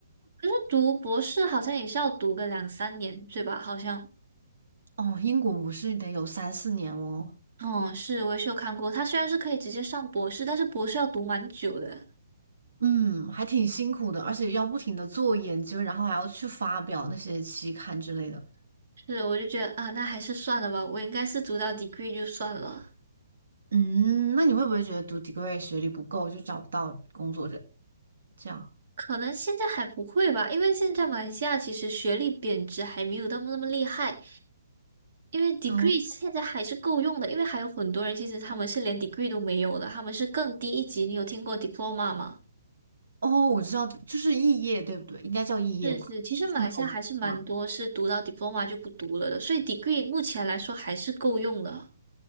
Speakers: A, on the right; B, on the right.
A: 可是读博士好像也是要读个两三年，对吧？好像，
B: 哦，英国我是得有三四年哦，
A: 哦，是，我也是有看过，他虽然是可以直接上博士，但是博士要读蛮久的。
B: 嗯，还挺辛苦的，而且要不停的做研究，然后还要去发表那些期刊之类的。
A: 是，我就觉得啊，那还是算了吧，我应该是读到 degree 就算了。
B: 嗯，那你会不会觉得读 degree 学历不够就找不到工作这这样？
A: 可能现在还不会吧，因为现在马来西亚其实学历贬值还没有那么那么厉害，因为 degree
B: 哦
A: 现在还是够用的，因为还有很多人其实他们是连 degree 都没有的，他们是更低一级。你有听过 diploma 吗？
B: 哦，我知道，就是肄业对不对？应该叫肄业吧，
A: 是是，其实马来西亚还是蛮多是读到
B: 就是没有。吧？
A: diploma 就不读了的，所以 degree 目前来说还是够用的。